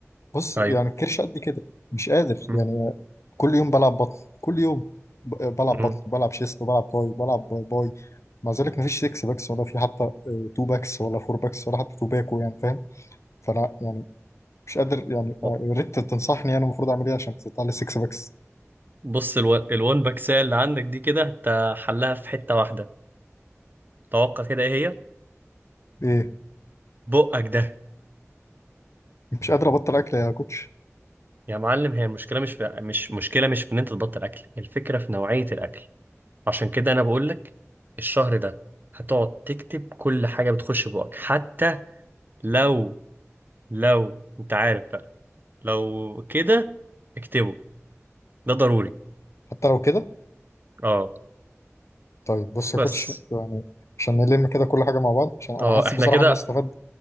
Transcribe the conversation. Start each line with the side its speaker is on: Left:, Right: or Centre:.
Left: بص
Right: ايوه
Left: يعني الكرش قد كده مش قادر
Right: م،
Left: يعني كل يوم بلعب بطن كل يوم ب- بلعب
Right: م،
Left: بطن بلعب شيست وبلعب باي بلعب باي مع ذلك مفيش 6 باكس ولا في حتى 2 باكس ولا 4 باكس ولا حتى 2 باكو يعني فاهم فانا يعني مش قادر يعني
Right: م.
Left: يعني يا ريت تنصحني انا المفروض اعمل ايه عشان تطلع لي 6 باكس
Right: بص الو... الوان باكسية اللي عندك دي كده انت حلها في حتة واحدة توقع كده ايه هي
Left: ايه
Right: بقك ده
Left: مش قادر ابطل اكل يا كوتش
Right: يا معلم هي المشكلة مش في... مش مشكلة مش في ان انت تبطل اكل الفكرة في نوعية الاكل عشان كده انا بقول لك الشهر ده هتقعد تكتب كل حاجة بتخش بقك حتى لو لو انت عارف بقى لو كده اكتبه ده ضروري
Left: حتى لو كده
Right: اه
Left: طيب بص
Right: بس
Left: يا كوتش يعني عشان نلم كده كل حاجه مع بعض عشان انا
Right: اه
Left: حاسس
Right: احنا
Left: بصراحه
Right: كده
Left: ان انا استفدت